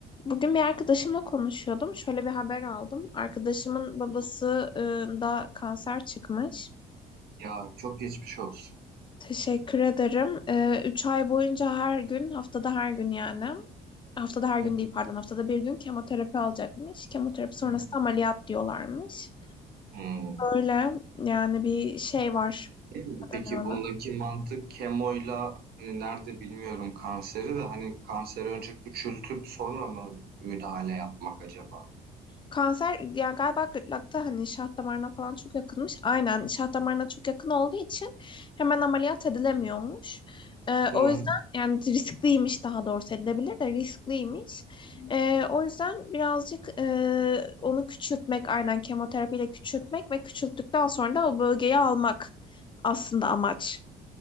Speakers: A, on the left; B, on the right.
A: Bugün bir arkadaşımla konuşuyordum. Şöyle bir haber aldım. Arkadaşımın babası e, da kanser çıkmış.
B: Ya, çok geçmiş olsun.
A: Teşekkür ederim. E, üç ay boyunca her gün, haftada her gün yani. Haftada her gün
B: Hı
A: değil pardon, haftada bir gün kemoterapi alacakmış. Kemoterapi sonrası
B: hı.
A: da ameliyat diyorlarmış.
B: Hımm.
A: Öyle yani bir şey var.
B: Değil mi?
A: Ne
B: Peki
A: denir ona?
B: bundaki mantık kemoyla, hani, nerede bilmiyorum kanseri de, hani, kanseri önce küçültüp sonra mı müdahale yapmak acaba?
A: Kanser yani galiba gırtlakta hani şah damarına falan çok yakınmış. Aynen şah damarına çok yakın olduğu için hemen ameliyat edilemiyormuş. Ee,
B: Hı
A: o yüzden yani riskliymiş daha doğrusu edilebilir de riskliymiş. Ee, o yüzden birazcık e, onu küçültmek aynen kemoterapiyle küçültmek ve küçülttükten sonra da o bölgeyi almak aslında amaç.